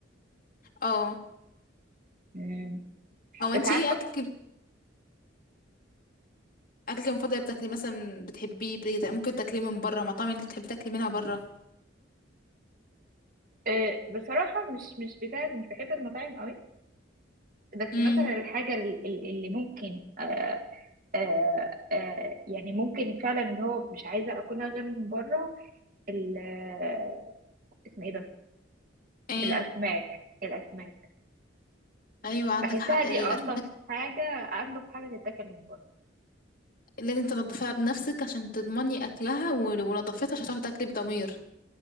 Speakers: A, on the left; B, on the right.
A: اه
B: مم.
A: هو
B: بس
A: انت
B: عارفة
A: ايه اكلك اكلك المفضل بتاكلي مثلا بتحبيه بت- ممكن تاكليه من بره مطاعم اللي بتحبي تاكلي منها بره
B: أه، بصراحة مش مش بتاع مش بحب المطاعم قوي بس
A: امم
B: مثلا الحاجة ال- ال- اللي ممكن أه أه أه يعني ممكن فعلا اللي هو مش عايزة أكلها غير من بره ال- آه، اسمه ايه ده
A: ايه
B: الأسماك الأسماك
A: ايوه عندك
B: بحسها
A: حق
B: دي
A: الاسماك
B: أنضف حاجة أنضف حاجة تتاكل من بره
A: لازم تنضفيها بنفسك عشان تضمني اكلها و- ولو نضفتها مش هتعرفي تاكلي بضمير